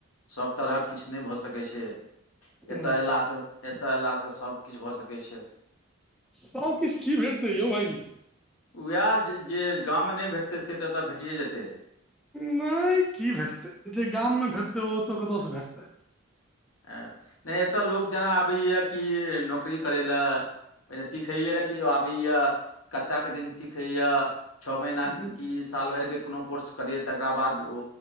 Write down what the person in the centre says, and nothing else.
हँ
सबकिछु की भेटतै यौ भाईजी।
नहि की भेटतै, जे गाम मे भेटतै ओ ओतऽ कतय से भेटतै।
हूँ